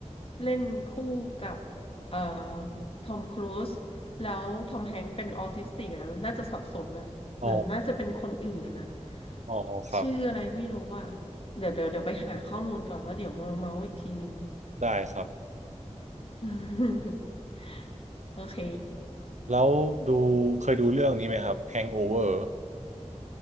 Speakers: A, on the left; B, on the right.
A: เล่นคู่กับเอ่อทอมครูซแล้วทอมแฮงค์เป็นออทิสติกอะน่าจะสับสนนะแต่น่าจะเป็นคนอื่นนะ
B: อ๋ออ๋อครับ
A: ชื่ออะไรไม่รู้ว่าเดี๋ยวเดี๋ยวเดี๋ยวไปหาข้อมูลก่อนแล้วเดี๋ยวมาเมาส์อีกทีนึง
B: ได้ครับ
A: <laughs> โอเค
B: แล้วดูเคยดูเรื่องนี้ไหมครับ Hangover